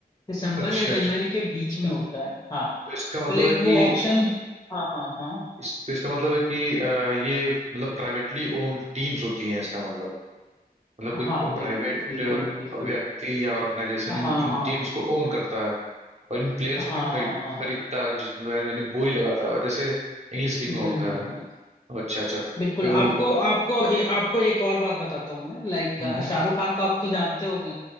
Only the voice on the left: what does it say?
दिसंबर
या
जनवरी के बीच में होता है हाँ
तो लाइक
वो ऑक्शन हाँ हाँ हाँ
हाँ
बिल्कुल बिल्कुल बिल्कुल
हाँ
हाँ
हाँ
हाँ हाँ हाँ।
हम्म
हम्म
हम्म
बिल्कुल
आपको आपको ए, आपको एक और बात बताता हूँ मैं लाइक
शाहरुख खान को आप तो जानते होगे